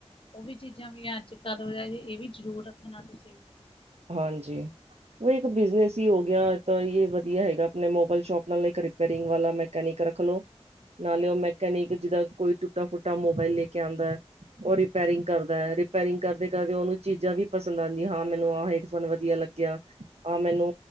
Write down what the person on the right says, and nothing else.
ਹਾਂਜੀ, ਔ ਇੱਕ
ਬਿਜਨਸ ਹੀ ਹੋ ਗਿਆ, ਐ ਤਾਂ ਯੇ ਵ ਵਧੀਆ ਹੈਗਾ ਅਪਣੇ ਮੋਬੇਲ ਸ਼ੋਪ ਨਾਲ ਇੱਕ ਰਿਪੇਅਰਿੰਗ ਵਾਲਾ ਮੈਕੈਨਿਕ ਰੱਖ ਲੋ, ਨਾਲੇ ਓਹ ਮ ਕੈਣੀਕ ਜਿੱਦਾਂ ਕੋਈ ਟੁੱਟਾ ਫੁੱਟਾ ਮੋਬਾਈਲ ਲੇ ਕੇ ਆੰਦੈ। ਔ ਰਿਪੇਰਿੰਗ ਕਰਦਾ ਰਿਪੈਰਿੰਗ ਕਰਦੇ ਕਰਦੇ ਓਨੂੰ ਚੀਜ਼ਾਂ ਵੀ ਪਸਦ ਆੰਦੀਆਂ ਹਾਂ ਮੈਨੂੰ ਆ ਹੈਡ ਫੋਨ ਵਧੀਆ ਲੱਗ ਗੀਆ, ਮੈਨੂੰ